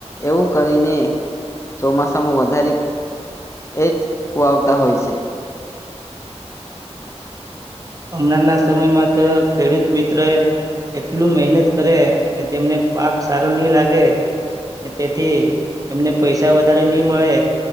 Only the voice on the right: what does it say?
હમણાં ના સમયમાં તો ખેડૂત મિત્ર એ એટલું મહેનત કરે ને તેમને પાક સારો નહી લાગે તેથી એમને પૈસા વધારે નહી મળે